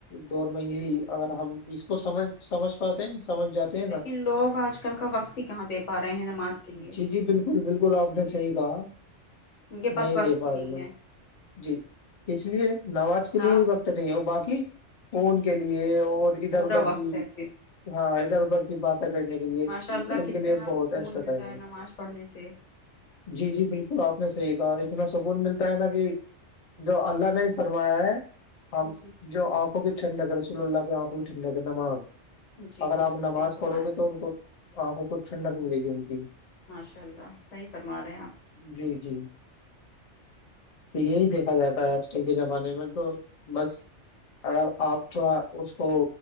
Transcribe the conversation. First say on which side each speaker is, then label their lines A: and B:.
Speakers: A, on the left; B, on the left.
A: دور میں یہی اگر ہم اس کو سمج سمجھ پاتے ہیں سمجھ جاتے ہیں نا
B: لیکن لوگ آج کل کا وقت ہی کہاں دے پا رہے ہیں نماز کے لیے
A: جی جی بالکل آپ نے صحیح کہا
B: ان کے پاس
A: نہیں
B: وقت
A: دے پا
B: ہی نہیں
A: رہے ن
B: ہے
A: جی اس لیے نماز اس کے لیے
B: آپ
A: وقت نہیں ہے اور باقی فون کے لیے اور ادھر
B: پورا
A: ادھر
B: وقت
A: بھی
B: ہے پھر
A: ہاں ادھر ادھر کی بات کنے کے لیے
B: ماشاء اللہ
A: تو ان
B: کتنا
A: کے لیے
B: سکون
A: بہت ایکسٹرا
B: ملتا
A: ٹائم ہے
B: نماز پڑھنے سے
A: جی جی بالکل آپ نے صحیح کہا اتنا سکون ملتا ہے نا کہ جو اللہ نے ہی فرمایا ہے ہم
B: جی
A: جو آنکھ کو بھی ٹھنڈا ہے رسول اللہ کی آنکھ کو بھی ٹھنڈ اگ نماز
B: جی
A: اگر
B: صحیح
A: آپ نماز
B: فرمایا
A: پڑھو
B: آپ
A: گے تو ان کو آنکھوں کو ٹھنڈک ملے گی ان کی
B: ماشاء اللہ صحیح فرما رہے ہیں آپ
A: جی جی تو یہی دیکھا جاتا ہے آج کل کے زمانے میں تو بس اگر آپ تھوڑا اس کو